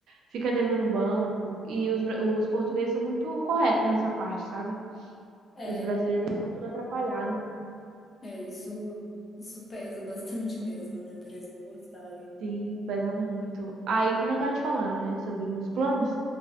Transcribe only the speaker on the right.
fica devendo banco. E os, bra- os portugueses são muito corretos nessa parte, sabe?
Os brasileiros são tudo atrapalhados.
Sim, pesa muito. Aí que nem eu tava te falando, né, sobre os meus planos.